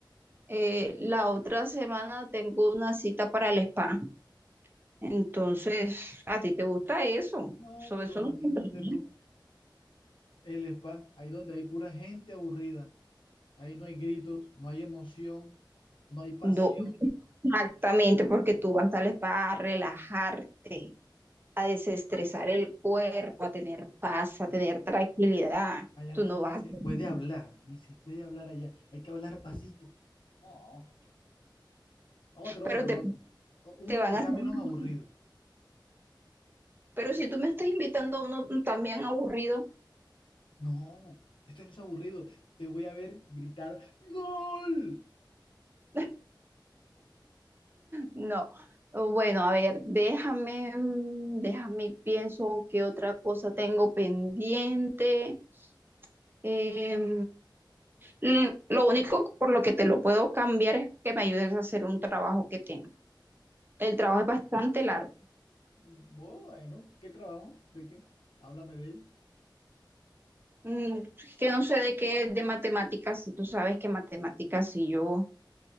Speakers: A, on the right (about 25°); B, on the left (about 80°).
A: eh, la otra semana tengo una cita para el spa. Entonces, ¿a ti te gusta eso?
B: No,
A: Sobre
B: pero
A: eso
B: imagínate
A: no. contraría.
B: tú, el spa, ahí donde hay pura gente aburrida, ahí no hay gritos, no hay emoción, no hay pasión.
A: No, exactamente, porque tú vas al spa a relajarte, a desestresar el cuerpo, a tener paz, a tener
B: No.
A: tranquilidad.
B: Allá
A: Tú
B: no,
A: no
B: se- ni
A: vas a...
B: se
A: hacer
B: puede
A: nada.
B: hablar, ni se puede hablar allá. Hay que hablar pasito. No, otro,
A: Pero
B: otro,
A: te,
B: otro. O- Uno
A: te van
B: que
A: a
B: sea
A: hacer
B: menos
A: mal.
B: aburrido.
A: Pero si tú me estás invitando a uno también aburrido,
B: No, esto no es aburrido. Te voy a ver gritar ¡Gol!
A: <laughs> no. Bueno, a ver, déjame, mm, déjame, pienso qué otra cosa tengo pendiente. Em, l- lo único por lo que te lo puedo cambiar es que me ayudes a hacer un trabajo que tengo. El trabajo es bastante largo.
B: Bueno, ¿qué trabajo? ¿De qué? Háblame de él.
A: Mm, es Que no sé de qué de matemáticas, si tú sabes que matemáticas y yo